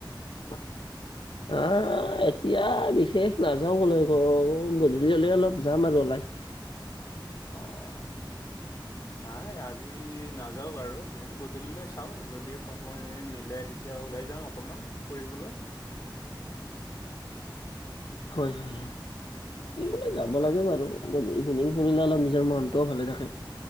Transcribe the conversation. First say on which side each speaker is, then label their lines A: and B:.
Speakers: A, on the left (about 80°); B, on the left (about 40°).
A: <unintelligible> আহ এতিয়া বিশেষ নাযাও কলৈকো, গধূলি হ'লে অলপ যাম আৰু ওলাই। <inaudible>
B: অ' নাই আ - আজি নাযাওঁ বাৰু তে গধূলিলৈ চাওঁ যদি সময় মিলে তেতিয়া ওলাই যাম অকণমান। ফুৰিবলৈ।
A: হয় হয় ফুৰিবলে যাব
B: হয়
A: লাগে বাৰু। গধুলি ইভিনিং ফুৰিলে অলপ নিজৰ মনটোও ভালে থাকে।